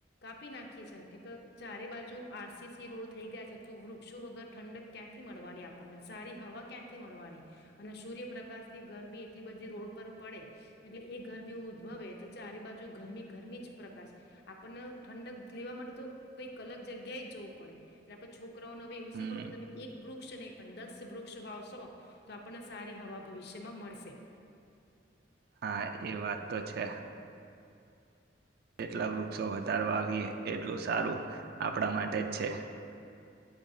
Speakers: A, on the left (about 60°); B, on the right (about 55°).
A: કાપી નાખી છે. કે ક ચારે બાજુ આરસીસી રોડ થઈ ગયા છે તો વૃક્ષો વગર ઠંડક ક્યાંથી મળવાની આપણને સારી હવા ક્યાંથી મળવાની અને સૂર્યપ્રકાશની ગરમી એટલી બધી રોડ પર પડે એટલે એ ગરમી ઉદ્ભવે એટલે ચારે બાજુ ગરમી ગરમી જ પ્રકાશ આપણને ઠંડક લેવા માટે તો કંઈક અલગ જગ્યાએ જવું પડે એટલે આપણે છોકરાઓને હવે એવું
B: હમ
A: શીખવાડવું પડે ને એક વૃક્ષ નહીં પણ દસ વૃક્ષ વાવશો તો આપણને સારી હવા ભવિષ્યમાં મળશે.
B: હા એ વાત તો છે એટલા વૃક્ષો વધારવા આવીએ એટલું સારું આપણા માટે જ છે.